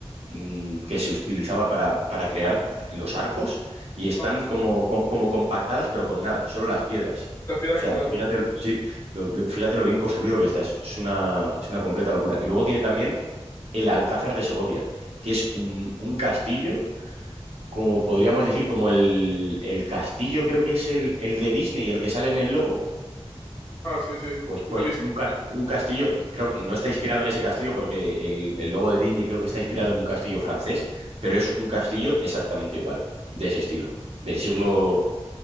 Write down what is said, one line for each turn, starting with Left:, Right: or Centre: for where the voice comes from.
Right: mm, que se utilizaba para, para crear los arcos, y están
Left: Ah, sí,
Right: como,
Left: sí.
Right: com- como, compactadas, pero con nada, solo las piedras.
Left: La piedra
Right: O
Left: angular,
Right: sea, fíjate,
Left: ¿no?
Right: lo- sí, lo- lo- fíjate lo bien construido que está, es, es una, es una completa locura. Y luego tiene también el Alcázar de Segovia, que es un un castillo como podríamos decir, como el, el castillo, creo que es el, el de Disney, el que sale en el logo.
Left: Ah, sí, sí.
Right: Pues,
Left: Lo
Right: pues
Left: he visto.
Right: un, cas- un castillo, creo que no está inspirado en ese castillo porque el, el logo de Disney creo que está inspirado en un castillo francés, pero es un castillo exactamente igual, de ese estilo, del siglo,